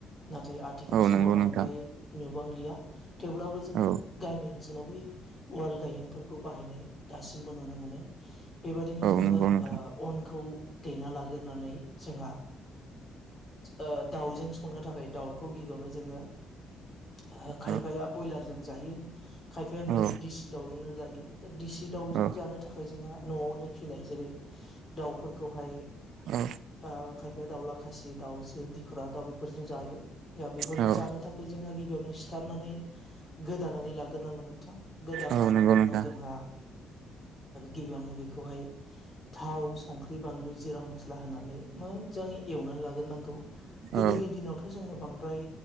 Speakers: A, on the left; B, on the right.
A: नाथाय आथिखाल
B: औ
A: समाव
B: नंगौ
A: बांद्राय
B: नोंथां
A: नुबांलिया थेवब्लाबो जोङो
B: औ
A: गामि ओनसोलाव बै उवाल गायेनफोरखौ बाहायनाय दासिमबो नुनो मोनो बेबायदिनो
B: औ
A: जोङो
B: नंगौ नोंथां
A: अनखौ दैना लाग्रोनानै जोंहा ओ दाउजों संनो थाखाय दाउखौ गिबियावनो जोङो ओ खायफाया
B: औ
A: ब्यलारजों जायो खायफाया न'नि
B: औ
A: देसि दाउजोंनो जायो दा दिसि दाउजों
B: औ
A: जानो थाखाय जोंहा न'आवनो फिसिनाय जेरै दाउफोरखौहाय
B: औ
A: आ खायफाया दाउला जे दाउजो दिखरा दाउ बेफोरजों जायो दा बेफोरखौ
B: औ
A: जानो थाखाय जोंहा गिबियावनो सिथारनानै गोदानानै लाग्रोनांगौ नोंथां गोदाखांनायनि
B: औ नंगौ नोंथां
A: उनाव जोंहा गिबियावनो बेखौहाय थाव संख्रि बानलु जिरा मस्ला होनानै मोजां! एवनानै लाग्रोनांगौ गोदोनि
B: औ
A: दिनावथ' जोङो बांद्राय